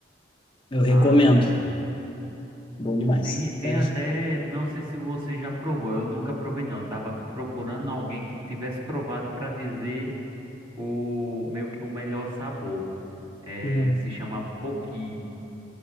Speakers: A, on the left; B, on the right.
A: Eu recomendo.
B: ah, sim.
A: Bom demais.
B: Tem, tem
A: Tá?
B: até, não sei se você já provou, eu nunca provei não. Eu tava procurando alguém que tivesse provado pra dizer o meio que o melhor sabor. É,
A: Uhum.
B: se chama poki,